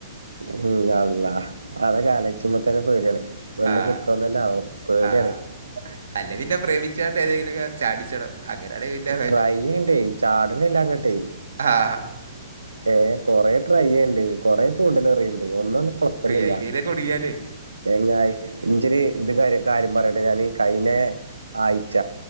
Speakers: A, on the right; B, on the right.
A: ഉം അല്ലാഹ് അതൊകെ അലോയിച്ചുമ്പ തന്നെ പേടിയാണ് പെണ്ണ്
B: ആ
A: കിട്ടോന്നഞ്ഞെവോ പേടിയാണ്
B: ആഹ് അല്ല പിന്നെ പ്രേമിച്ചാട്ട് ഏതെങ്കിലൊക്കെ ചാടിച്ചണം അങ്ങനെയാണെ പിന്നെ
A: ട്രൈയെയ്ണ്ടെ ചാട്ണ്ല്ലാ അങ്ങട്ടെ
B: അ ആ
A: ഏ കൊറെ ട്രൈയ്യെയ്ണ്ട് കൊറെ ചൂണ്ടല് എറിയ്ണ്ട് ഒന്നണ്ട് കൊളത്ത്ണില്ല.
B: എയിലേലൊക്കെ കുടുങ്ങിയാലേ
A: ചേങ്ങായി ഇന്റെര് ഇത് കാര്യ കാര്യം പറയട്ടെ ഞാന് കഴിഞ്ഞ ആഴ്ച്ച